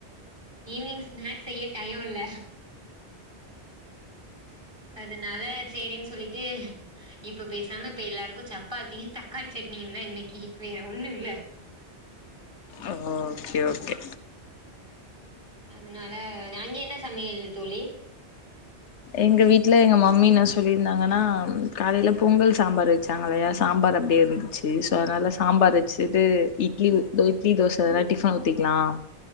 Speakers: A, on the right (about 20°); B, on the left (about 85°).
A: ஈவினிங் ஸ்நாக்ஸ் செய்ய டைய இல்ல அதனால சேரின்னு சொல்லிட்டு இப்ப பேசாம இப்ப எல்லாருக்கும் சப்பாத்தியும் தக்காளி சட்னியும் தான் இன்னைக்கு வேற ஒண்ணு இல்ல
B: ஒஒ ஓகே ஓகே
A: அதனால நாங்க என்ன சமையல் தோழி
B: எங்க வீட்ல எங்க மம்மி என்ன சொல்லிருந்தாங்கன்னா காலையில பொங்கல் சாம்பார் வச்சாங்க இல்லையா சாம்பார் அப்படியே இருந்துச்சு சோ அதனால சாம்பார் வச்சுட்டு இட்லி இட்லி தோசைல்லா டிஃபன் ஊத்திக்கலாம்